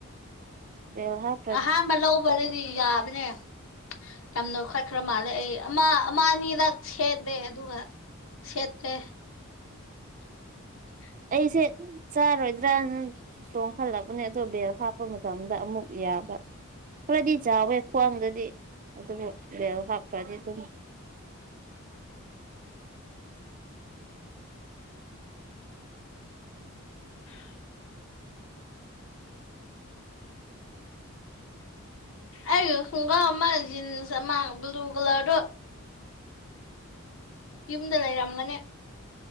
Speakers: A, on the right; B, on the left.
A: <unintelligible>
B: ꯑꯍꯥꯟꯕ ꯂꯧꯕꯗꯗꯤ ꯌꯥꯕꯅꯦ ꯌꯥꯝ ꯅꯣꯏꯈꯠ ꯈꯔ ꯃꯥꯜꯂꯦ ꯑꯩ ꯑꯃ ꯑꯃ ꯑꯅꯤꯔꯛ ꯁꯦꯠꯂꯦ ꯑꯗꯨꯒ ꯁꯦꯠꯇ꯭ꯔꯦ <inaudible>
A: ꯑꯩꯁꯦ ꯆꯥꯔꯣꯏꯗ꯭ꯔꯅ ꯇꯣꯡꯈꯠꯂꯛꯄꯅꯦ ꯑꯗꯣ ꯕꯦꯜ ꯍꯥꯞꯄ ꯃꯇꯝꯗ ꯑꯃꯨꯛ ꯌꯥꯕ ꯈꯔꯗꯤ ꯆꯥꯎꯋꯦ ꯈ꯭ꯋꯥꯡꯗꯗꯤ ꯑꯗꯨꯕꯨ ꯕꯦꯜ ꯍꯥꯞ ꯈꯔꯗꯤ ꯑꯗꯨꯝ
B: <inaudible> ꯑꯩꯒꯤ ꯈꯨꯡꯒꯔꯥꯎ ꯑꯃ ꯖꯤꯟꯁ ꯑꯃ ꯕ꯭ꯂꯨ ꯀꯂꯔꯗꯨ ꯌꯨꯝꯗ ꯂꯩꯔꯝꯒꯅꯤ